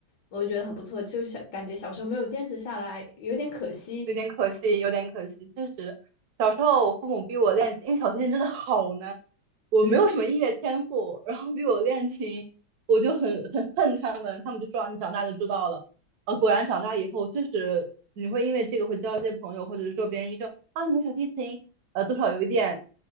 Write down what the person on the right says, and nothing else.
有点可惜，有点可惜。确实，小时候我父母逼我练琴，因为小提琴真的好难，我没有什么音乐天赋，
然后逼我练琴，我就很很恨他们。他们就说啊你长大就知道了。呃，果然长大以后，确实你会因为这个会交一些朋友，或者是说别人一说啊你会小提琴，呃，多少有一点，